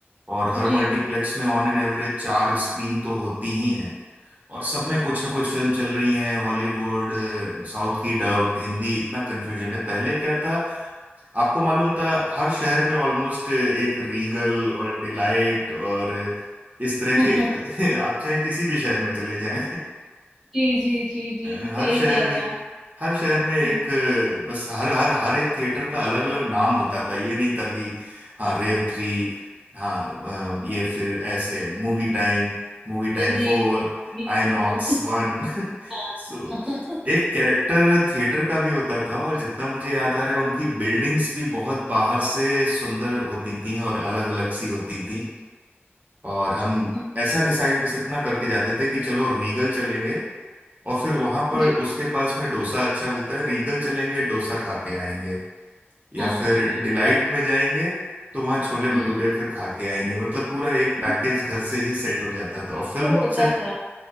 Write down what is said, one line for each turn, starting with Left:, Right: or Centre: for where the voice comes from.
Right: और हर
Centre: जी
Right: मल्टीप्लेक्स में ऑन एन एवरेज चार स्क्रीन तो होती ही हैं और सब में कुछ ना कुछ फिल्म चल रही हैं हॉलीवुड साउथ की डब्ड हिंदी इतना कन्फ्यूजन है पहले क्या था आपको मालूम था हर शहर में ऑलमोस्ट एक रीगल और डिलाइट और इस तरह
Centre: <laughs>
Right: के <laughs> आप चाहे किसी भी शहर में चले जाएं
Centre: जी जी जी जी
Right: अ,
Centre: सही
Right: हर शहर
Centre: कह रहे
Right: में
Centre: हैं आप
Right: हर शहर में एक
Centre: हम्म,
Right: अ, बस हर हर हर एक थिएटर का अलग अलग नाम होता था ये नहीं था कि हाँ रेव थ्री हाँ अ, ये फिर ऐसे movie time movie time
Centre: फिर एक
Right: four
Centre: ये
Right: INOX
Centre: वो <laughs>
Right: one <laughs>
Centre: हाँ
Right: so एक कैरेक्टर थिएटर का भी होता था और जितना मुझे याद आ रहा है उनकी बिल्डिंग्स भी बहुत बाहर से सुंदर होती थी और अलग अलग सी होती थी और हम
Centre: <laughs>
Right: ऐसा डिसाइड बस इतना करके जाते थे कि चलो रीगल चलेंगे और फिर वहां पर
Centre: जी
Right: उसके पास में डोसा अच्छा मिलता है रीगल चलेंगे डोसा खा के आएंगे या
Centre: हाँ
Right: फिर डिलाइट
Centre: मतलब
Right: में जाएंगे तो वहाँ छोले भटूरे
Centre: हम्म
Right: फिर खा के आएंगे मतलब पूरा एक
Centre: <laughs>
Right: पैकेज घर से ही सेट हो जाता है तो और फिल्म
Centre: वो होता
Right: से
Centre: था